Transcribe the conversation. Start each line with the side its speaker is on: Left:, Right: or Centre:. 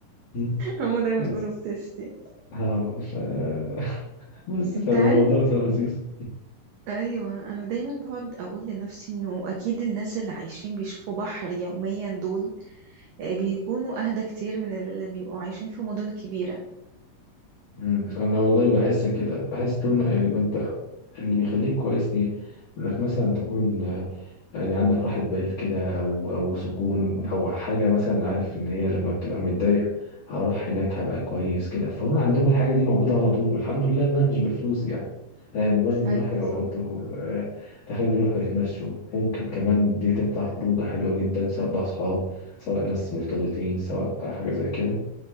Left: <laughs>
Right: هما دايما
Left: بس
Right: بيقولوا بتشتي
Left: اه ف <laughs> بس
Right: انت
Left: فالموضوع
Right: عارف
Left: كان لذيذ
Right: ايوه انا دايما بقعد اقول لنفسي انه اكيد الناس اللي عايشين بيشوفوا بحر يوميا دول آه، بيكونوا اهدى كتير من اللي بيبقوا عايشين في مدن كبيرة
Left: مم. انا والله بحس كده بحس طول ما يعني ما انت اللي بيخليك كويس ليه انك مثلا تكون آه، يعني عندك راحة بال كده او او سكون او حاجة مثلا عارف ان هي لما بتبقى متضايق هروح هناك هبقى كويس كده فهو عندهم الحاجة دي موجودة على طول والحمد لله انها مش بفلوس يعني يعني مجرد بيروحوا
Right: ايوه
Left: يقعدوا
Right: صح
Left: آه، تخيل بيروحوا يتمشوا ممكن كمان دي تنفع خروجة حلوة جدا سواء بأصحاب سواء ناس مرتبطين سواء حاجة زي كده